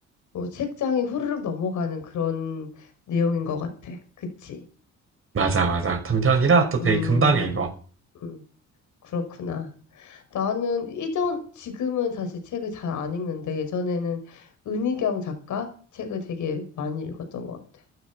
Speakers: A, on the left; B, on the right.
A: 뭐 책장이 후루룩 넘어가는 그런 내용인 것 같아. 그치?
B: 맞아, 맞아. 단편이라
A: 그, 그-
B: 또 되게
A: 음,
B: 금방 읽어.
A: 음, 그렇구나. 나는 이전, 지금은 사실 책을 잘 안 읽는데 예전에는 은희경 작가 책을 되게 많이 읽었던 것 같아.